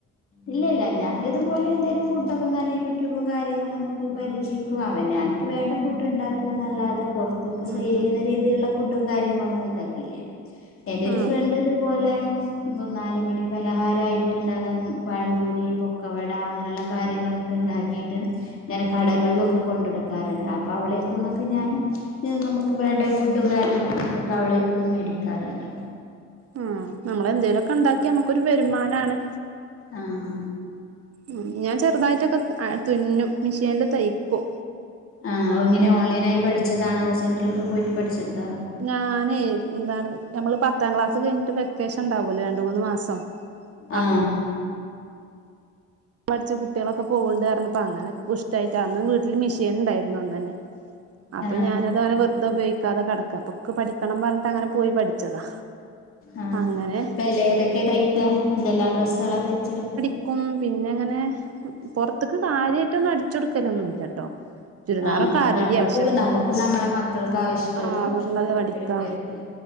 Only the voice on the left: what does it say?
ഇല്ല ഇല്ല ഞാന് ഇതേ പോലെ എന്തേലും ഫുഡൊക്കെ ഇങ്ങനെ യൂട്യൂബും കാര്യങ്ങളൊന്നൊക്കെ പരീക്ഷിക്കുംഅവനാൻ ക്ക് വേണ്ട ഫുഡ് ഉണ്ടാക്കാന്നല്ലാതെ പൊറത്ത്ക്ക് സെയിലിയ്യുന്ന
രീതീല്ള്ള ഫുഡും കാര്യങ്ങളും ഒന്നും ഉണ്ടാക്കിയില്ല എന്റെ
ര് ഫ്രണ്ട് ത്പോലെ നാല് മണി പലഹാരായിട്ട്ണ്ടാക്ക പഴം പൊരി പൊ ക് കവട അങ്ങനെള്ള കാര്യങ്ങളക്കെ ണ്ടാക്കീട്ട് ങ്ങനെ കടകളിലൊക്കെ കൊണ്ടൊടുക്കാറ്ണ്ട് അപ്പൊ അവളെര്ത്ത്ന്നൊക്കെ ഞാന്.. ത് നമുക്ക് വേണ്ട ഫുഡും കാര്യങ്ങളൊക്കെ ഇടക്ക വളെത്ത്ര്ന്ന് മേടിക്കാറുണ്ട്
ആഹ്
ആഹ് ഒങ്ങനെ ഓൺലൈൻ ആയി പഠിച്ചതാണോ അതോ സെന്ററിലൊക്കെ പോയിട്ട് പഠിച്ചെടുത്തതാ
ആഹ്
ആ
ആഹ്
പ്പ ല്ലെ ഏതൊക്കെ തയ്ക്ക എന്തെല്ലാം ഡ്രസ്സുകളാ തയ്ച്ചെടുക്ക
ആ
നമുക്ക്
നമുക്കും നമ്മളെ മക്കൾക്ക് ആവശ്യമുള്ളതും
എടുക്കായിരിക്കും